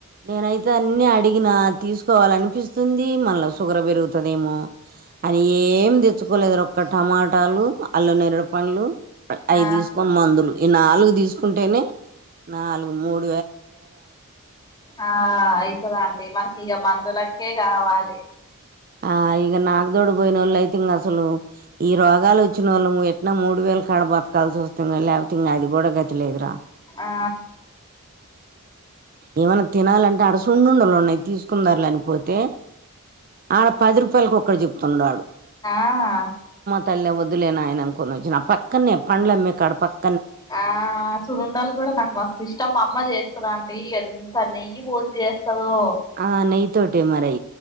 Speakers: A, on the right; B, on the left.
A: నేనయితే అన్ని అడిగినా తీసుకోవాల అనిపిస్తుంది మల్ల షుగర్ పెరుగుతదేమో అని ఏం తెచ్చుకోలేదురా ఒక్క టమాటాలు అల్లు నేరడు పండ్లు అయి
B: ఆ
A: తీసుకొని మందులు ఈ నాలుగు తీసుకుంటేనే నాలుగు మూడ్
B: ఆ అయితే రా మనకి ఇగ మందులకే కావాలి
A: ఆ ఇగ నాగదోడు పోయినోళ్ళు అయితే ఇంగ అసలు ఈ రోగాలు వచ్చినోళ్ళము ఎట్నా మూడు వేలు కాడ బతకాల్సి వాస్తు లేకపోతే ఇంగ అది కూడా గతి లేదురా
B: ఆ
A: ఏమనా తినాలం ఆడ సున్నుండలు ఉన్నాయి తీసుకుందారు లనిపోతే ఆడ పది రూపాయలకుక్కడు చెప్తున్నాడు
B: ఆ
A: తల్ వద్దులేనాయన అనుకొని వచ్చిన ఆ పక్కనే పండ్లు అమ్మే కాడ పక్
B: ఆ సునుడాలు కూడా నాకు మస్తు ఇష్టం మా అమ్మ చేస్త చేస్తండి ఎంత నెయ్యి పోసి చేస్తాదో
A: ఆ నెయ్యి తోటే మరై